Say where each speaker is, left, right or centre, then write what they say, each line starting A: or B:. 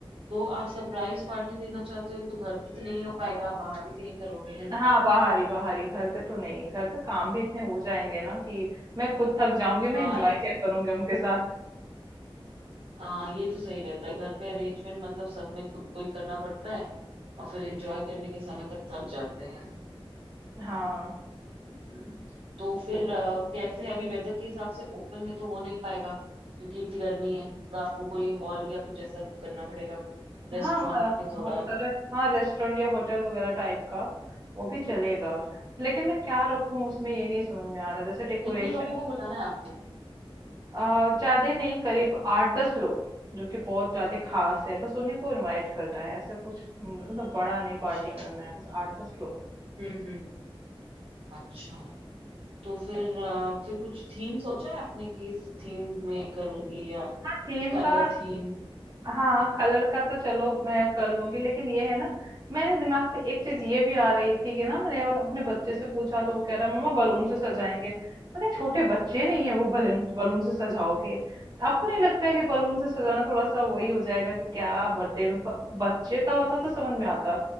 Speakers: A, on the right; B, on the right.
A: तो आप सरप्राइज पार्टी देना चाहते हो तो घर पे तो नहीं हो पाएगा बाहर ही कहीं करोगे है
B: हाँ
A: ना
B: बाहर ही बाहर ही घर पे तो नहीं घर पे काम भी इतने हो जाएंगे ना कि मैं खुद थक जाऊंगी
A: हाँ
B: मैं एंजॉय
A: एक-
B: क्या करूंगी उनके साथ
A: हाँ ये तो सही रहता है घर पे अरेंजमेंट मतलब सब में खुद को ही करना पड़ता है और फिर एंजॉय करने के समय तक थक जाते हैं
B: हाँ
A: हम्म, तो फिर अ, कैसे अभी वेदर के हिसाब से ओपन में तो हो नहीं पाएगा क्योंकि इतनी गर्मी है तो आपको कोई हॉल या कुछ ऐसा बुक करना पड़ेगा रेस्टोरेंट
B: हाँ, हाँ, हाँ,
A: में थोड़ा
B: और अरे हाँ रेस्टोरेंट या होटल वगैरह टाइप का वो भी चलेगा
A: हम्म,
B: लेकिन मैं क्या रखूं उसमें ये नहीं समझ में आ रहा जैसे डेकोरेशन
A: कितने लोगों को बुलाना है आपको
B: आ, ज्यादा नहीं करीब आठ दस लोग जो कि बहुत ज्यादा खास है बस उन्हीं को इनवाइट करना है ऐसे कुछ म, मतलब बड़ा नहीं
A: अच्छा
B: पार्टी करना है बस आठ दस लोग
A: हम्म हम्म अच्छा तो फिर अ, फिर कुछ थीम सोचा है आपने कि इस थीम में करूंगी या
B: हाँ थीम
A: कलर
B: का
A: थीम
B: हाँ हाँ, कलर का तो चलो मैं कर लूंगी लेकिन ये है ना मेरे दिमाग पे एक चीज ये भी आ रही थी कि ना मैंने और अपने बच्चे से पूछा तो वो कह रहा मम्मा बलून से सजाएंगे मैंने छोटे बच्चे नहीं है वो बलून बलून से सजाओगे तो आपको नहीं लगता है कि बलून से सजाना थोड़ा सा वही हो जाएगा कि क्या बर्थडे में ब- बच्चे का होता तो समझ में आता